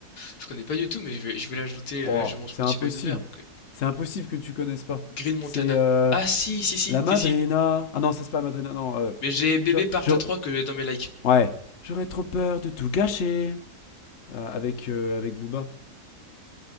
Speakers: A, on the left; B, on the left.
A: Je connais pas du tout, mais je vais je vais l'ajouter.
B: Oh,
A: euh, là j'ai mon Spotify
B: c'est impossible.
A: ouvert donc euh,
B: C'est impossible que tu connaisses pas.
A: Green Montana.
B: C'est euh,
A: Ah si si si
B: La Madrina.
A: si si.
B: Ah non, ça c'est pas la Madrina, non. euh,
A: Mais j'ai Bébé
B: je,
A: Part
B: je-
A: 3 que j'ai dans mes likes.
B: ouais. J'aurais trop peur de tout gâcher. euh, avec, euh, avec Booba.